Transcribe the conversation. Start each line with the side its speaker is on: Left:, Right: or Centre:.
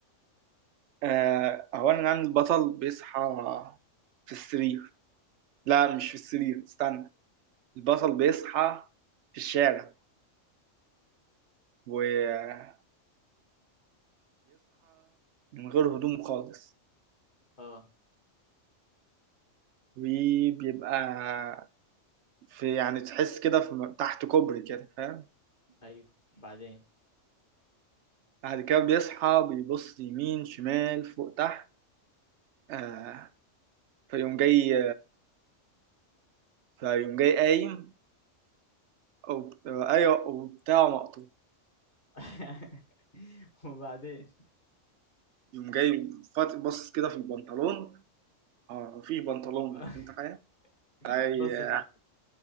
Right: آه اولا عن البطل بيصحى في السرير لا مش في السرير استنى البطل بيصحى في الشارع وبيصحى من غير هدوم خالص
Left: اه
Right: وبيبقى في يعني تحس كده في م- تحت كوبري كده فاهم
Left: أيوه بعدين
Right: بعد كده بيصحى بيبص يمين شمال فوق تحت آه فيقوم جاي فيقوم جاي قايم أو آه، أيوه وبتاعه مقطوع
Left: <laughs> وبعدين
Right: يقوم جاي فات- بص كده في البنطلون اه مفيش بنطلون
Left: <laughs>
Right: بس انت فاهم في-
Left: بص تحت